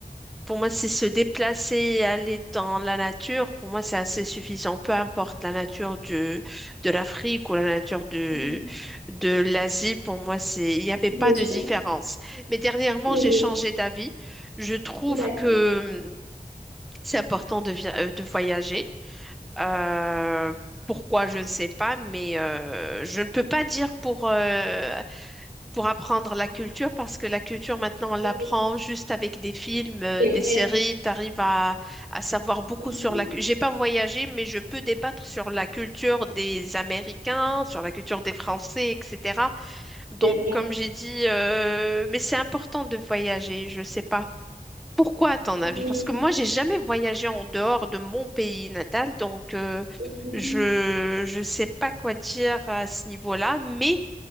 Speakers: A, in the centre; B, on the right.
A: Pour moi, c'est se déplacer et aller dans la nature. Pour moi, c'est assez suffisant, peu importe la nature du, de l'Afrique ou la nature du,
B: Mhm.
A: de l'Asie. Pour moi, c'est, il n'y avait
B: Bien
A: pas de
B: sûr.
A: différence. Mais dernièrement,
B: Oui.
A: j'ai changé d'avis. Je trouve
B: D'accord.
A: que hum, c'est important de, vi- euh, de voyager. Euh, pourquoi, je ne sais pas, mais euh, je ne peux pas dire pour, euh, pour apprendre la culture, parce que la culture, maintenant, on l'apprend
B: Oui,
A: juste avec des films, euh,
B: c'est
A: des
B: vrai.
A: séries. Tu arrives à, à savoir beaucoup
B: Mhm.
A: sur la culture. J'ai pas voyagé, mais je peux débattre sur la culture des Américains, sur la culture des Français, etc. Donc,
B: C'est vrai.
A: comme j'ai dit, euh, mais c'est important de voyager, je sais pas. Pourquoi, à ton
B: Oui.
A: avis? Parce que moi, j'ai jamais voyagé en dehors de mon pays natal, donc euh,
B: Mhm.
A: je je sais pas quoi dire à ce niveau-là. Mais